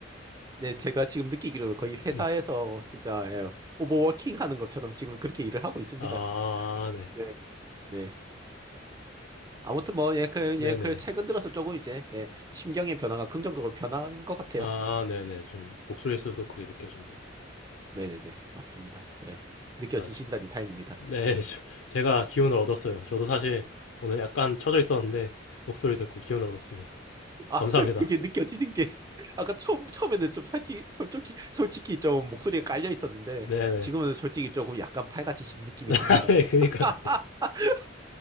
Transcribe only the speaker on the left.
네.
아, 네.
네네네.
아, 네네. 좀 목소리에서도 그게 느껴집니다.
아, 지-
네. <laughs> 저- 제가 기운을 얻었어요. 저도 사실 오늘 약간 처져 있었는데 목소리 듣고 기운을 얻었습니다.
감사합니다.
네네.
<laughs>
네,
그니까요.